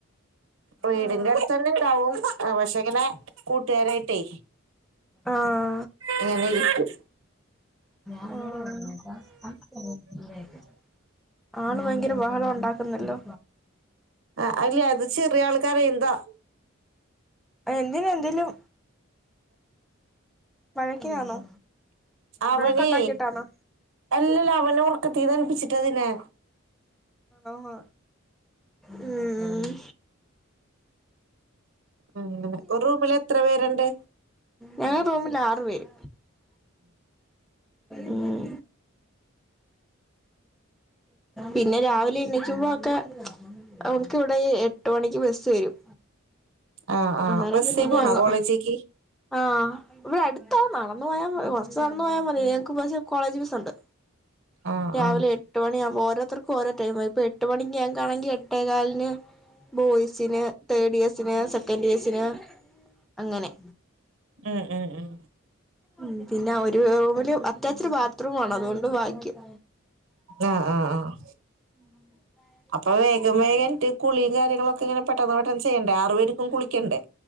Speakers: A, on the right; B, in the centre.
A: വീടിന്റെടുത്ത്
B: ആഹ്
A: തന്നെ ഇണ്ടാവും പക്ഷെങ്ങനെ കൂട്ടുകാരായിട്ടേ
B: ആഹ്
A: അങ്ങനെ ഇരിക്കും
B: ഞാൻ അങ്ങനെ പറഞ്ഞപ്പ <unintelligible> ആള് വയങ്കര ബഹളൊണ്ടാക്കുന്നല്ലോ.
A: ആഹ് അല്ല അത് ചെറിയാള് കരയണതാ.
B: അഹ് എന്തിന് എന്തേലും വഴക്കിനാണോ?
A: അവനെ
B: വഴക്കുണ്ടാക്കിട്ടാണോ
A: അല്ലല്ലാ അവനെ ഒർക്കതേന്ന് എണീപ്പിച്ട്ടാതിനെ
B: ആഹ് ഉം
A: ഉം ങ്ങനെ ഒര്റൂമില് എത്രപേരുണ്ട്?
B: ഞങ്ങറൂമില് ആറ്പേര് ഉം പിന്നെ രാവിലെ എണീക്കുമ്പോ ഒക്കെ ന്നമുക്ക് ഇവടെ ഈ എട്ടുമണിക്ക് ബെസ്സ് വെരും.
A: ആഹ് ആഹ്
B: അന്നേരം
A: ബസ്സി
B: പിന്നെഇനി
A: പോണോ
B: അങ്ങ
A: കോളേജിക്ക്
B: ആഹ് ഇവിടെഅടുത്താ നടന്ന് പോയാ കൊർച്ച് നടന്നുപോയാ മതി ഞങക്ക് പശേ കോളേജ് ബസ്സുണ്ട്.
A: ആഹ്
B: രാവിലെ
A: ആഹ്
B: എട്ട്മണിആവുമ്പോ ഓരോത്തർക്കും ഓരോടൈമാ ഇപ്പോ എട്ട്മണിക്ക് ഞങ്ങണെങ്കിൽ എട്ടേ കാലിന് ബോയ്സിന് തേർഡ്ഇയേഴ്സിന് സെക്കെൻഡ്ഇയേഴ്സിന് അങ്ങനെ
A: ഉം, ഉം, ഉം
B: ഉം പിന്നെ അവര് ഓല് റൂമില് അറ്റാച്ചെട് ബാത്റൂംണ് അതോണ്ട് ബാഗ്യം.
A: ആഹ്, ആഹ്, ആഹ്
B: <inaudible>
A: അപ്പൊ വേഗംവേഗംന്നിട്ട് കുളിയും കാര്യങ്ങളൊക്കെ ഇങ്ങനെപെട്ടെന്ന് പെട്ടെന്ന്ചെയ്യണ്ടേ ആർപേർക്കും കുളിക്കണ്ടേ